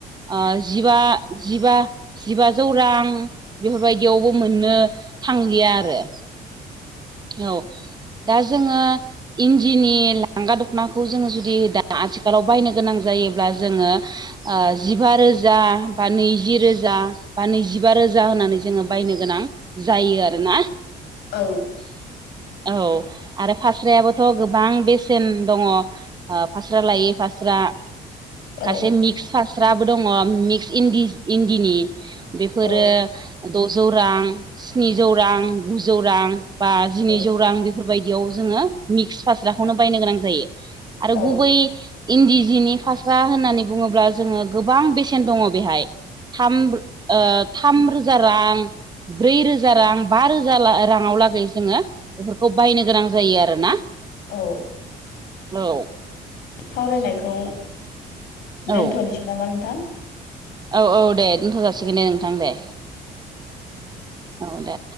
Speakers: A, on the right; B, on the left.
A: ओ जिबा जिबा जिबाजौ रां बेफोरबायदियावबो मोननो थांलिया आरो। औ दा जोङो इन्दिनि लांगा दख'नाखौ जोङो जुदि दा आथिखालाव बायनो गोनां जायोब्ला जोङो ओ जिबा रोजा बा नैजि रोजा बा नैजिबा रोजा होनानै जोङो बायनो गोनां जायो आरो ना।
B: औ
A: औ आरो फास्रायाबोथ' गोबां बेसेन दङ। फास्रा लायै फास्रा खायसे
B: औ
A: मिक्स फास्राबो दङ मिक्स इदि-इन्दिनि बेफोरो
B: औ
A: द'जौ रां स्निजौ रां गुजौ रां बा जिनैजौ
B: औ
A: रां बेफोरबायदियाव जोङो मिक्स फास्राखौनो
B: औ
A: बायनो गोनां जायो। आरो
B: औ
A: गुबै इन्दि जिनि फास्रा होननानै बुङोब्ला जोङो गोबां बेसेन दङ बेहाय। थाम ओ थाम रोजा रां ब्रै रोजा रां बा रोजा राङाव लागै जोङो बेफोरखौ बायनो गोनां जायो आरो ना।
B: औ
A: औ
B: सावरायनायखौ
A: औ
B: दोनथ'नोसै नामा नोंथां।
A: औ औ दे दोन्थ' जासिगोन दे नोंथां दे। औ दे